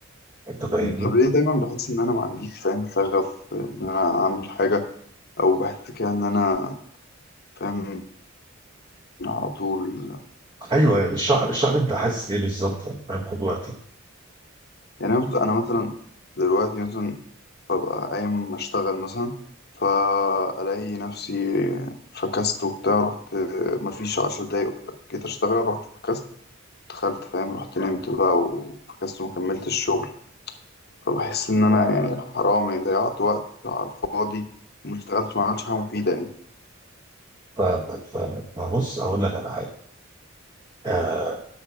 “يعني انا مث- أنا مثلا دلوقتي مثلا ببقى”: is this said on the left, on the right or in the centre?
Left